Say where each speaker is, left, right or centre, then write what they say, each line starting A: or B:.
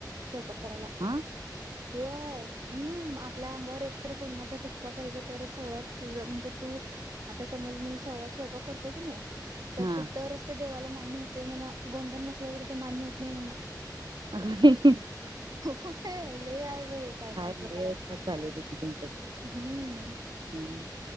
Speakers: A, on the right (about 55°); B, on the right (about 80°).
A: स्वयपाक करायला,
B: हा
A: होय. हम्म आपल्या अंगावर एकतर गोंदनाचा ठिपका पाहिजे तरच सवळ्यात तुझं म्हणजे तू आता समज मी सोवळ्यात स्वयपाक करतोय की नाही. तर
B: हा
A: ते तरच ते देवाला मान्य होतंय म्हणा, गोंदन नसलं तर ते मान्य होत नाही म्हणा.
B: अगदी.
A: होय लई आहे बाई काय काय
B: लय
A: प्रकार आमच्या
B: चालेल तुमच्यात
A: हम्म.
B: हम्म